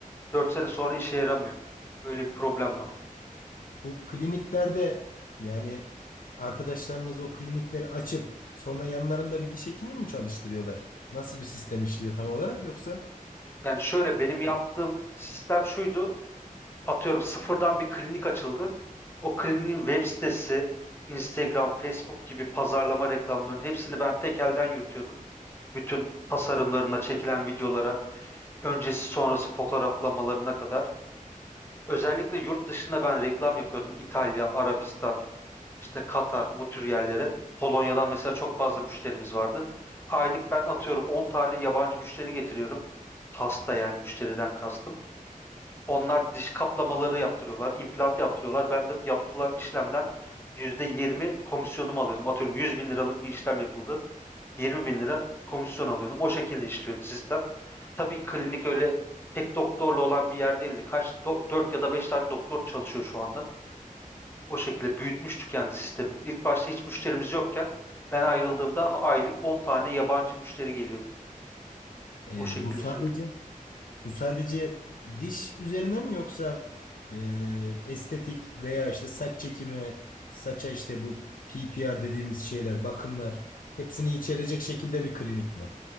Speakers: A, on the left; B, on the left.
A: 4 sene sonra işe yaramıyor. Böyle bir problem var.
B: Bu kliniklerde yani arkadaşlarınız o klinikleri açıp sonra yanlarında bir diş hekimi mi çalıştırıyorlar? Nasıl bir sistem işliyor tam olarak yoksa?
A: Yani şöyle benim
B: Evet.
A: yaptığım sistem şuydu. Atıyorum sıfırdan bir klinik açıldı. O kliniğin web sitesi, Instagram, Facebook gibi pazarlama reklamlarının hepsini ben tek elden yürütüyordum. Bütün tasarımlarına, çekilen videolara, öncesi sonrası fotoğraflamalarına kadar. Özellikle yurt dışında ben reklam yapıyordum. İtalya, Arabistan, işte Katar bu tür yerlere. Polonya'dan mesela çok fazla müşterimiz vardı. Aylık ben atıyorum 10 tane yabancı müşteri getiriyorum. Hasta yani müşteriden kastım. Onlar diş kaplamaları yaptırıyorlar, implant yaptırıyorlar. Ben de yapılan işlemden %20 komisyonumu alıyordum. Atıyorum 100 bin liralık bir işlem yapıldı. 20 bin lira komisyon alıyordum. O şekilde işliyordu sistem. Tabii klinik öyle tek doktorla olan bir yer değildi. Kaç, do- dört ya da 5 tane doktor çalışıyor şu anda. O şekilde büyütmüştük yani sistemin. İlk başta hiç müşterimiz yokken ben ayrıldığımda aylık 10 tane yabancı müşteri geliyordu.
B: Ee,
A: O şekilde
B: bu sadece
A: söyleyeyim.
B: bu sadece diş üzerine mi yoksa e, estetik veya işte saç çekimi, saça işte bu PPR dediğimiz şeyler, bakımlar hepsini içerecek şekilde bir klinik mi?